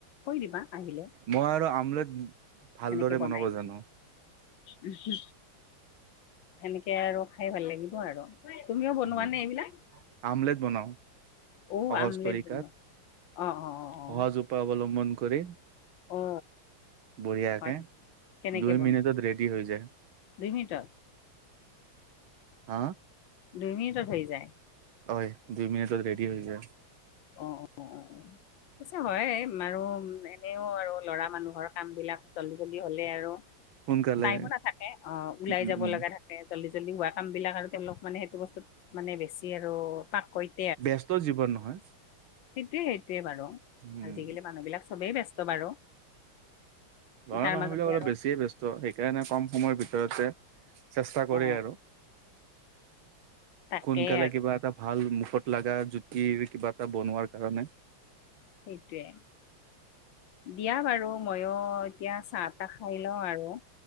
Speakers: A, on the left; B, on the right.
A: কৈ দিবা আহিলে
B: মই আৰু আমলেট ভালদৰে
A: সেনেকে বনাই
B: বনাব জানো
A: ও হু সেনেকে আৰু খাই ভাল লাগিব আৰু তুমিও বনোৱানে
B: উম
A: এইবিলাক,
B: আমলেট বনাওঁ
A: অ
B: সহজ
A: আমলেট
B: তৰিকাত
A: বনোৱা অ অ অ
B: সহজ
A: অ
B: উপায় অৱলম্বন কৰি
A: অ
B: বঢ়িয়াকে
A: হয় কেনেকে
B: দুই
A: বনোৱা
B: মিনিটত ৰেডি হৈ যায়।
A: দুই মিনিটত
B: হা
A: দুই মিনিটত হৈ যায়
B: হয় দুই মিনিটত ৰেডি হৈ যায়।
A: অ অ অ অ পিছে হয়ে আৰু এনেও আৰু ল'ৰা মানুহৰ কাম বিলাক জল্দি জল্দি হ'লে আৰু
B: সোনকালে
A: টাইমো নাথাকে অ ওলাই
B: উম উম
A: যাব
B: উম
A: লগা থাকে জল্দি জল্দি হোৱা কাম বিলাক আৰু তেওঁলোক মানে সেইটো বস্তুত মানে বেছি আৰু পাকৈত
B: ব্যস্ত জীৱন নহয়
A: সেইটোৱে সেইটোৱে বাৰু
B: উম
A: আজিকালি মানুহবিলাক চবেই ব্যস্ত বাৰু
B: গাঁৱৰ
A: তাৰ
B: মানুহ
A: মাজতে
B: বিলাক অলপ
A: আৰু
B: বেছিয়ে ব্যস্ত সেইকাৰণে কম সময়ৰ ভিতৰতে চেষ্টা কৰে
A: অ
B: আৰু
A: তাকেই
B: সোনকালে
A: আৰু
B: কিবা এটা ভাল মুখত লগা জুতিৰ কিবা এটা বনোৱাৰ কাৰণে
A: সেইটোৱে দিয়া বাৰু ময়ো এতিয়া চাহ তাহ খাই লওঁ আৰু